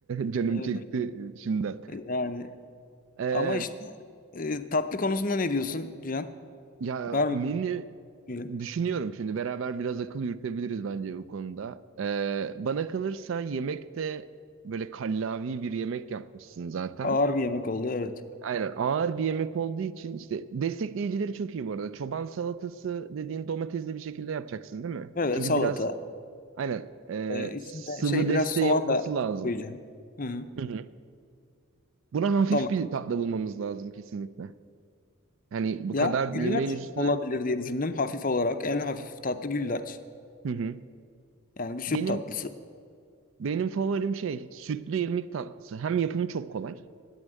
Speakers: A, on the right (about 65°); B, on the left (about 40°).
A: <laughs> Canım
B: Öyle.
A: çekti şimdiden.
B: Yani
A: Ee,
B: ama işte e, tatlı konusunda ne diyorsun Cihan?
A: ya
B: Var mı?
A: menü
B: Böyle
A: Düşünüyorum şimdi beraber biraz akıl yürütebiliriz bence bu konuda. Ee, bana kalırsa yemek de böyle kallavi bir yemek yapmışsın zaten.
B: Ağır bir yemek oldu evet.
A: Aynen ağır bir yemek olduğu için işte destekleyicileri çok iyi bu arada. Çoban salatası dediğin domatesli bir şekilde yapacaksın değil mi?
B: Evet
A: Çünkü
B: salata.
A: biraz aynen e,
B: E, içinde
A: sıvı
B: şey
A: desteği
B: biraz soğan
A: olması
B: da
A: lazım.
B: koyacağım. Hı hı.
A: Hı hı. Buna hafif
B: Domates.
A: bir tatlı bulmamız lazım kesinlikle. Yani bu
B: Ya
A: kadar
B: güllaç
A: yemeğin üstüne.
B: olabilir diye düşündüm hafif olarak. En hafif tatlı güllaç.
A: Hı hı.
B: Yani bir süt
A: Benim
B: tatlısı.
A: Benim favorim şey sütlü irmik tatlısı. Hem yapımı çok kolay